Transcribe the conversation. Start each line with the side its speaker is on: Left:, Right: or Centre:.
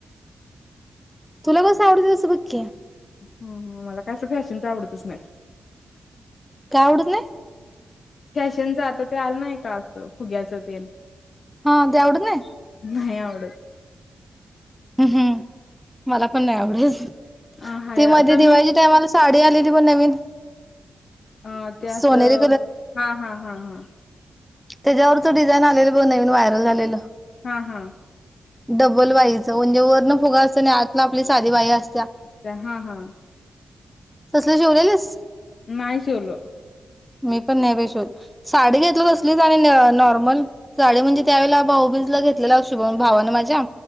Centre: तुला कसं आवडत तसं बघ की.
Left: हम्म हम्म मला कस फॅशनच आवडतच नाहीत.
Centre: का आवडत नाही.
Left: फॅशनच आता ते आलं नाही का असं फुग्याचं तेन
Centre: हा ते आवडत नाही
Left: नाही आवडत.
Centre: हम्म मला पण नाही आवडलंच.
Left: अ हाय
Centre: ते मधी
Left: तर मी
Centre: दिवाळीच्या टाईमाला साडी आलेली ब नवीन
Left: अ ते असं
Centre: सोनेरी
Left: हां हां हां हां.
Centre: त्याज्यावरच डिझाईन आलेलं बघ नवीन वायरल झालेलं
Left: हां हां.
Centre: डबल वाइज वणजे वरनं फुगा असतं आणि आतनं आपली साधी बाई अस
Left: अच्छा हां हां.
Centre: <unintelligible> जेवल्यालीस?
Left: नाही जेवलो.
Centre: मी पण नाही बाई <unintelligible> साडी घेतलो तसलीच आणि <unintelligible> नॉर्मल. साडी म्हणजे त्यावेळेला भाऊबीजला घेत लेला शुभम भावानं माझ्या